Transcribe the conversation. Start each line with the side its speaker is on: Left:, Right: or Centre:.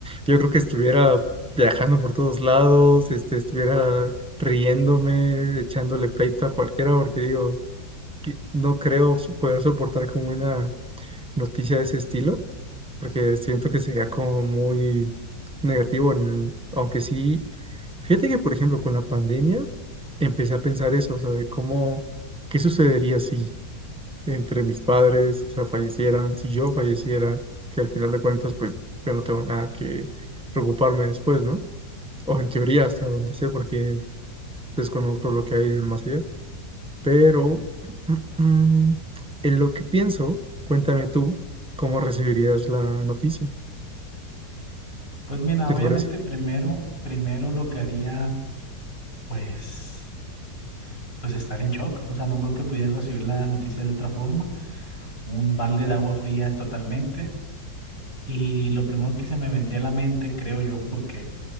Centre: Yo creo que estuviera viajando por todos lados, este, estuviera riéndome, echándole pleito a cualquiera, porque digo, que no creo poder soportar como una noticia de ese estilo, porque siento que sería como muy negativo, en- aunque sí, fíjate que por ejemplo con la pandemia empecé a pensar eso, o sea, de cómo, qué sucedería si entre mis padres, o sea, fallecieran, si yo falleciera, que al final de cuentas pues yo no tengo nada que preocuparme después, ¿no? O en teoría hasta donde sé, porque desconozco lo que hay en el más allá. Pero <clears throat> en lo que pienso, cuéntame tú cómo recibirías la noticia.
Left: Pues mira,
Centre: ¿Qué
Left: obviamente
Centre: te parece?
Left: primero, primero lo que haría, pues, pues estar en shock. O sea, no creo que pudiera recibir la noticia de otra forma. Un balde de agua fría totalmente. Y lo primero que se me vendría a la mente, creo yo, porque